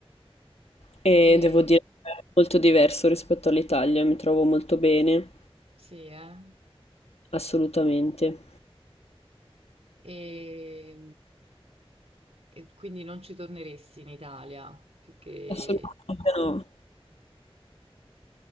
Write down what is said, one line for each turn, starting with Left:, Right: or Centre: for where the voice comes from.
Left: e
Right: E
Left: devo dire che è molto diverso rispetto all'Italia, mi trovo molto bene,
Right: Sì, eh?
Left: assolutamente.
Right: E, e quindi non ci torneresti in Italia perché
Left: Assolutamente no,